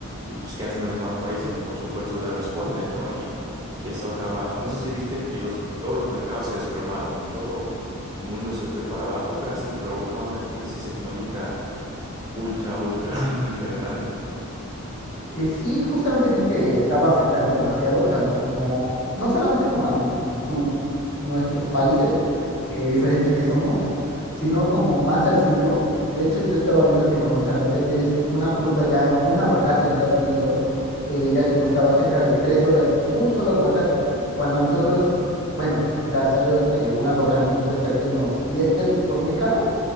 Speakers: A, on the right (about 15°); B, on the left (about 50°).
A: Y pues, ¿qué hacen los demás países? Por supuesto, le responden, ¿no? Y, y eso acaba, no sé si viste que los, todos los mercados se desplomaron, todo el mundo se fue para abajo, casi provoca una crisis económica ultra, ultra, <laughs> mega grande.
B: Eh, sí, justamente vi que estaba afectando demasiado, tanto como, no solamente como a n- su, nuestros países eh, diferentes que somos, sino como más al suyo. De hecho, yo estaba viendo que con los aranceles, una fruta ya, un aguacate en Estados Unidos, eh, ya te costaba cerca de 3 dólares un solo aguacate. Cuando a nosotros, bueno, gracias a Dios, eh, un aguacate nos cuesta que unos 10 pesos por muy caro.